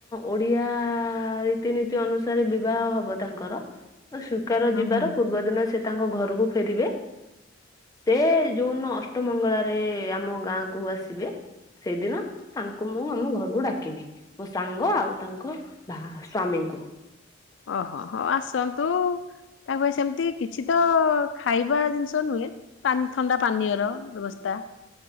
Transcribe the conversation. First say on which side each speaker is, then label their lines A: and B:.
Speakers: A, on the left; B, on the left.
A: ଓଡ଼ିଆ ରୀତିନୀତି ଅନୁସାରେ ବିବାହ ହବ ତାଙ୍କର। ସ୍ଵିକାର
B: ହଁ
A: ଯିବାର
B: ହଁ।
A: ପୂର୍ବ ଦିନ ସେ ତାଙ୍କ ଘରକୁ ଫେରିବେ। ସେ ଯୋଉଦିନ ଅଷ୍ଟମଙ୍ଗଳାରେ ଆମ ଗାଁ କୁ ଆସିବେ। ସେଇଦିନ ତାଙ୍କୁ ମୁଁ ଆମ ଘରକୁ ଡାକିବି। ମୋ ସାଙ୍ଗ ଆଉ ତାଙ୍କ ବାଃ ସ୍ଵାମୀଙ୍କୁ।
B: ଓହୋ ହଉ ଆସନ୍ତୁ ତାଙ୍କ ପାଇଁ ସେମିତି କିଛି ତ ଖାଇବା ଜିନିଷ ନୁହେଁ ପାନ୍ ଥଣ୍ତା ପାନୀୟ ର ବ୍ୟବସ୍ଥା।